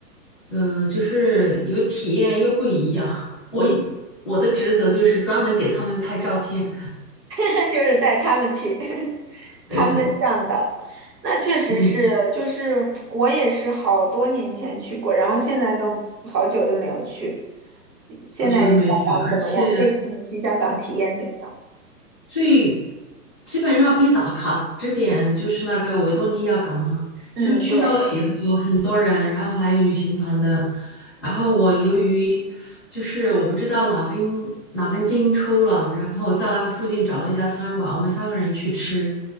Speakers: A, in the centre; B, on the right (about 90°).
A: 呃，就是有体验又不一样。<laughs> 我以我的职责就是专门给他们拍照片。
B: <laughs> 就是带他们去，<laughs>
A: 对，
B: 他们的向导。那确实是，
A: 嗯，
B: 就是我也是好多年前去过，然后现在都好久都没有去。现在香港怎么样？
A: 好久都没去，而且。
B: 这次你去香港体验怎么样？
A: 最基本上必打卡之点就是那个维多利亚港嘛，
B: 嗯，
A: 就去到了以后很多人，
B: 对，
A: 然后还有旅行团的，然后我由于就是我不知道哪根哪根筋抽了，然后在那个附近找了一家餐馆，我们三个人去吃，